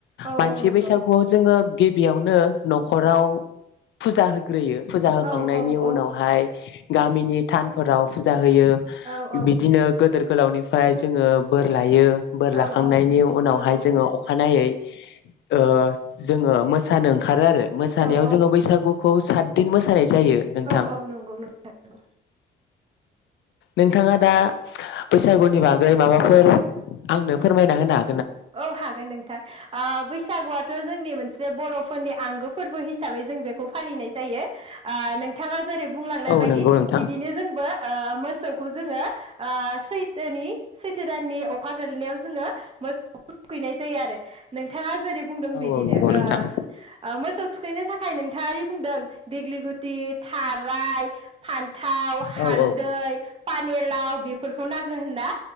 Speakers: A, on the right (about 30°); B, on the left (about 65°).
A: औ
B: मानसि
A: औ नंगौ
B: बैसागुआव जोङो गिबियावनो नखराव फुजा हो ग्रोयो फुजा होखांनायनि
A: औ औ
B: उनावहाय
A: औ
B: गामिनि थानफोराव फुजा होयो
A: औ
B: बिदिनो गोदोर गोलावनिफ्राय जोङो बोर लायो बोर
A: औ
B: लाखांनायनि
A: औ
B: उनावहाय
A: नंगौ
B: जोङो अखानायै ओ‌ जोङो मोसानो ओंखारो आरो मोसानायाव
A: औ औ
B: जोङो बैसागु खौ सातदिन मोसानाय जायो नोंथां
A: औ औ नंगौ नंगौ
B: नोंथाङा दा बैसागुनि बागै माबाफोर आंनो फोरमायना होना
A: औ हागोन नोंथां ओ बैसागुआथ' जोंनि मोनसे बर'फोरनि आंगो फोरबो हिसाबै जों बेखौ फालिनाय जायो ओ नोंथाङा जेरै बुंलांनाय
B: औ
A: बायदि
B: नंगौ नोंथां
A: बिदिनो जोंबो ओ मोसौखौ जोङो ओ सैथोनि सैथो दाननि अखा गोलैनायाव जोङो <unintelligible> खैनाय जायो आरो नोंथाङा जेरै बुंदों
B: औ
A: बिदिनो
B: औ नंगौ
A: ओ
B: नोंथां
A: मोसौ थुखैनो थाखाय नोंथाङादि बुंदों दिग्लिगुटि थाराय फान्थाव हालदै
B: औ औ
A: पानिलाव बेफोरखौ नांगौ होनना